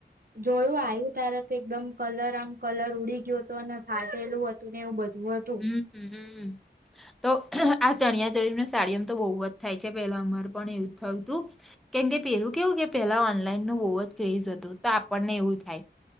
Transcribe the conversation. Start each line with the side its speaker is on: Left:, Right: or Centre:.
Right: જોયું આયું તારે તો એકદમ કલર આમ કલર ઉડી ગ્યો હતો અને ફાટેલું હતું ને એવું બધું હતું
Centre: હમ્મ હમ્મ હમ્મ તો આ ચણિયાચોળીને સાડીઓમ તો બહુ જ થાય છે પેલા અમારે પણ એવું જ થયું હતું. કેમ કે પેલું કેવું કે પેલા ઓનલાઈન નું બહુ જ ક્રેઝ હતું તો આપણને એવું થાય